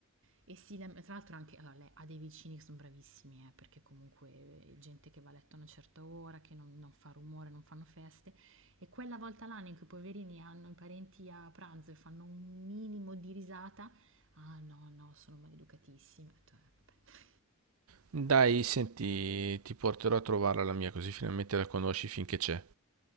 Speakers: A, on the right (about 65°); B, on the right (about 80°).
A: e si lam tra l'altro anche allora lei ha dei vicini che son bravissimi, eh, perché comunque eh, gente che va a letto a una certa ora, che non non fa rumore, non fanno feste, e quella volta l'anno in cui i poverini hanno i parenti a pranzo e fanno un minimo di risata: "Ah no, no, sono maleducatissimi." Ho detto: "Eh vabbè."
B: Dai, senti, ti porterò a trovarla la mia, così finalmente la conosci finché c'è.